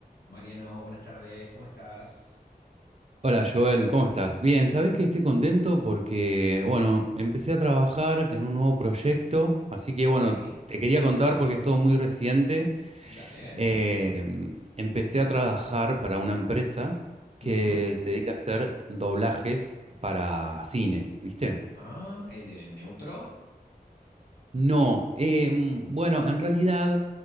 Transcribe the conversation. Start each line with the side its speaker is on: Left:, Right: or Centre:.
Left: Mariano, buenas tardes, ¿cómo estás?
Right: Hola Joel, ¿cómo estás? Bien, sabés que estoy contento porque, bueno, empecé a trabajar en un nuevo proyecto, así que,
Left: Sí,
Right: bueno, te quería contar porque es todo muy reciente.
Left: dale.
Right: Eh, empecé a trabajar para una empresa que
Left: Ujú.
Right: se dedica a hacer doblajes para cine, ¿viste?
Left: Ah, es de neutro,
Right: No, eh, mm, bueno, en realidad